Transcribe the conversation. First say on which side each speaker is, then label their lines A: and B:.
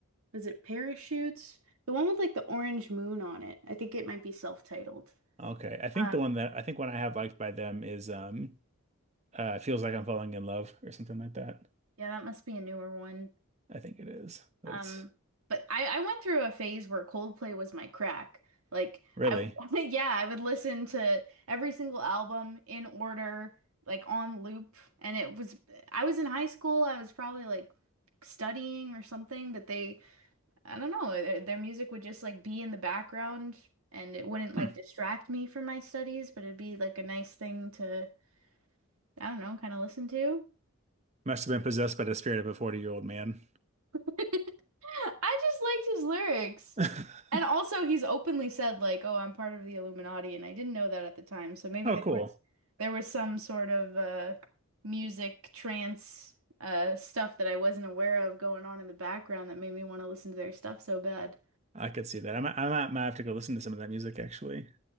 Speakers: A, on the right; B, on the right.
A: was it Parachutes? The one with like the orange moon on it. I think it might be self-titled.
B: Okay, I think
A: Um
B: the one that I think one I have liked by them is um uh Feels Like I'm Falling in Love or something like that.
A: yeah, that must be a newer one.
B: I think it is. But
A: Um,
B: it's
A: but I, I went through a phase where Coldplay was my crack. Like
B: really
A: I would, <laughs> yeah, I would listen to every single album in order, like on loop. And it was I was in high school, I was probably like studying or something, but they I don't know, their, their music would just like be in the background and it wouldn't like
B: hmm,
A: distract me from my studies, but it'd be like a nice thing to, I don't know, kind of listen to.
B: must have been possessed by the spirit of a 40-year-old man.
A: <laughs> I just liked his lyrics.
B: <laughs>
A: And also he's openly said like, "Oh, I'm part of the Illuminati," and I didn't know that at the time. So maybe
B: Oh,
A: there
B: cool.
A: was there was some sort of uh music trance uh stuff that I wasn't aware of going on in the background that made me want to listen to their stuff so bad.
B: I could see that. I might, I might, might have to go listen to some of that music actually.